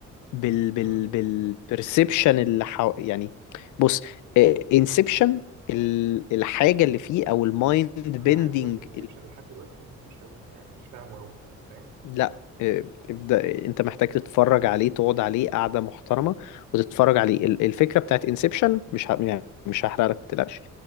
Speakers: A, on the left (about 80°); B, on the right (about 85°).
A: بال بال
B: مم.
A: بالبرسبشن اللي حو... يعني بص انسبشن الحاجة اللي فيه او المايند
B: أنا
A: بيندنج
B: عايز أقول لك الانسبشن لحد دلوقتي ما شفتوش أوي يعني مش فاهمه أوي فاهم
A: لا آه، ابدأ انت محتاج تتفرج عليه تقعد عليه قعدة محترمة وتتفرج عليه ال- الفكرة بتاعت انسبشن مش ه... يعني مش هحرق لك ما تقلقش